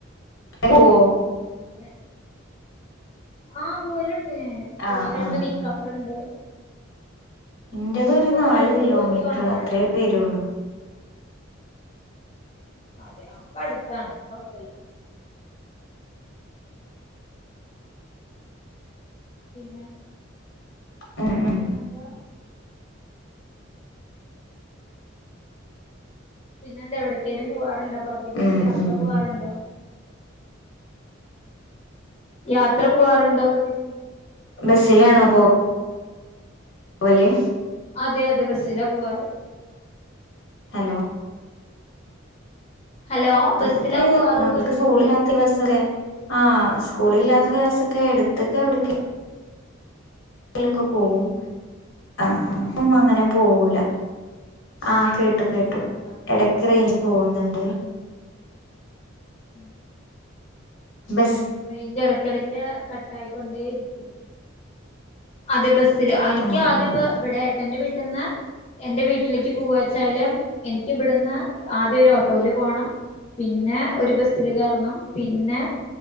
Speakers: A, on the left; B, on the left.
A: <unintelligible> പോവോ
B: അങ്ങനെ ആ പോവലുണ്ട് ഞാന് പോവലുണ്ട്
A: ആഹ് ആഹ്
B: നിക്കാറുണ്ട്
A: ഇന്റേത്
B: ഇനി
A: ഒരു
B: ഇപ്പൊ
A: നാല്
B: അടുത്ത്
A: കിലോമീറ്റർ
B: പോയിട്ട് വന്നോള്ളൂ
A: അത്രേ വരുള്ളൂ
B: അതെ ആഹ് അപ്പൊ അടുത്താണ് കൊഴപ്പല്ലാം പിന്നെ
A: ഉം ഉം
B: പിന്നെന്താ പിന്നെ എന്ത എവിടക്കേലും പോകവാറുണ്ടോ പുറത്തേക്കൊക്കെ
A: ഉം
B: യാത്ര
A: ഉം
B: പോകവാറുണ്ടോ യാത്ര പോകാറുണ്ടോ ചോദിക്കും
A: ബസ്സിലാണോപ്പോ വലേ
B: അതെ അതെ ബസ്സിലാ പോവാറ്
A: ഹലോ
B: ഹലോ ബസ്സിലാ
A: അക്ക്
B: പോവാറ്
A: മക്കൾക്ക്
B: പറയാ
A: സ്കൂളിലാന്ന് ദിവസൊക്കെ ആഹ് സ്കൂള ഇല്ലാത്ത ദിവസൊക്കെ എടുത്തക്കെ എവിട ലോക്കെ പോവും അ ആ അങ്ങനെ പോവൂല ആഹ് കേട്ടു കേട്ടു
B: അതെ
A: എടക്ക് റേഞ്ച് പോവ്ന്ന്ണ്ട്
B: ഉം
A: ബെസ്
B: റേഞ്ച് എടയ്ക്കേടയ്ക്ക് കട്ടായിക്കൊണ്ടേരിക്കും അതെ ബസില് അയ്ൻക്ക്
A: ആഹ്
B: ആദ്യ
A: ആഹ്
B: ഇപ്പ ഇവടെ ഏട്ടന്റെ വീട്ട്ന്ന് എന്റെ വീട്ട്ല്ക്ക് പൂവച്ചാല് എനിക്ക് ഇവ്ട്ന്ന് ആദ്യ ഒര് ഓട്ടോല് പോണം പിന്നെ ഒര് ബസില് കേർണം പിന്നെ